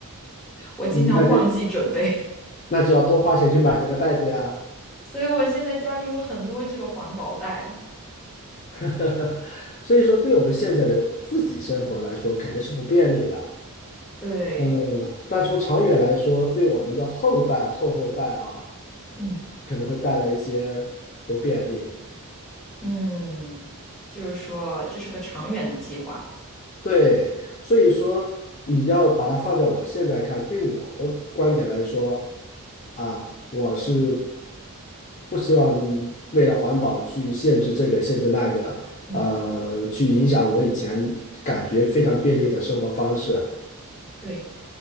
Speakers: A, in the centre; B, on the left (about 35°).
A: 我经常忘记准备，
B: 嗯那就那就要多花钱去买这个袋子呀。
A: <laughs> 所以我现在家里有很多这个环保袋。
B: <laughs> 所以说，对我们现在的自己生活来说，肯定是不便利的。
A: 对，
B: 嗯，但从长远来说，对我们的后代、后后代啊，
A: 嗯
B: 可能会带来一些不便利。
A: 嗯，就是说这是个长远的计划，
B: 对，所以说你要把它放在我现在看，对我的观点来说，啊，我是不希望为了环保去限制这个限制那个，
A: 嗯
B: 呃，去影响我以前感觉非常便利的生活方式
A: 对。